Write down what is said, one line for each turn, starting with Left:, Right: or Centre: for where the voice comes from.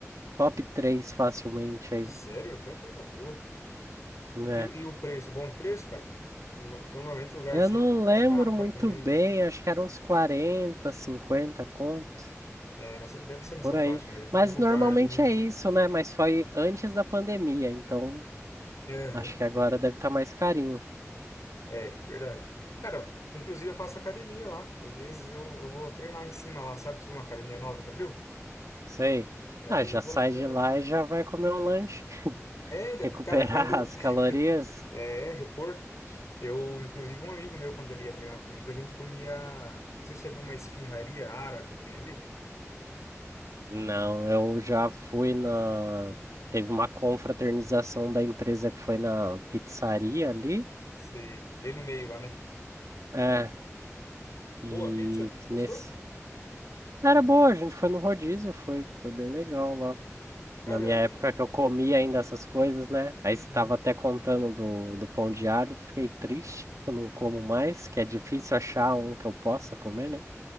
Right: top 3 facilmente aí,
Left: Sério, até coisa boa.
Right: né?
Left: E, e o preço? Bom de preço, cara? Lu- Normalmente lugar
Right: Eu
Left: assim
Right: não
Left: é
Right: lembro
Left: caro pra
Right: muito
Left: comer,
Right: bem,
Left: né?
Right: acho que eram uns 40 50 contos,
Left: É, nessa, deve ser nessa
Right: por
Left: faixa
Right: aí.
Left: mesmo.
Right: Mas
Left: O lugar
Right: normalmente
Left: ali, né?
Right: é isso, né? Mas foi antes da pandemia, então
Left: Aham.
Right: acho que agora deve estar mais carinho.
Left: É, verdade. Cara, inclusive eu faço academia lá. Às vezes eu, eu vou treinar em cima lá, sabe? Se uma academia nova que abriu,
Right: Sei.
Left: às
Right: Ah,
Left: vezes
Right: já
Left: eu vou
Right: sai
Left: lá treinar.
Right: de lá e já vai comer um lanche.
Left: É, então,
Right: Recuperar
Left: cara, quando
Right: <laughs> as
Left: <laughs>
Right: calorias?
Left: é repor, eu, inclusive, um amigo meu, quando ele ia treinar comigo, a gente comia. Não sei se você viu uma esfirraria árabe que tem ali.
Right: Não, eu já fui na. Teve uma confraternização da empresa que foi na pizzaria ali.
Left: Você- bem no meio lá, né?
Right: É,
Left: Boa
Right: e
Left: pizza? Gostou?
Right: nesse. Era boa, a gente foi no rodízio, foi, foi bem legal lá.
Left: Cara,
Right: Na minha
Left: ali.
Right: época que eu comia ainda essas coisas, né? Aí
Left: Uhum.
Right: você tava até contando do, do pão de alho, fiquei triste, que eu não como mais, que é difícil achar um que eu possa comer, né?